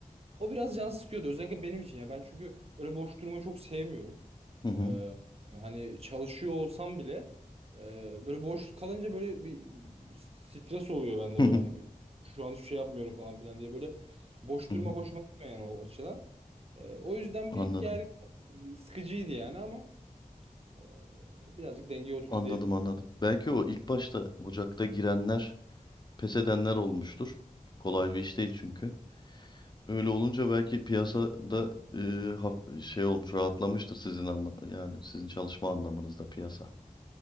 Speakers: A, on the right; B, on the left.
A: O biraz can sıkıyordu özellikle benim için ya. Ben çünkü öyle boş durmayı çok sevmiyorum.
B: hı hı
A: Ee, hani çalışıyor olsam bile e, böyle boş kalınca böyle bir stres oluyor bende
B: hı hı,
A: böyle hani bir, şu an hiçbir şey yapmıyorum falan filan diye böyle boş
B: hı
A: durma
B: hı.
A: hoşuma gitmiyor yani o açıdan. Ee, o yüzden
B: Anladım.
A: bir ger sıkıcıydı yani ama e, birazcık dengeye oturdu
B: Anladım
A: diyebilirim.
B: anladım. Belki o ilk başta Ocak'ta girenler pes edenler olmuştur. Kolay bir iş değil çünkü. Öyle olunca belki piyasada e, haf- şey olmuş rahatlamıştır sizin anla yani sizin çalışma anlamınızda piyasa.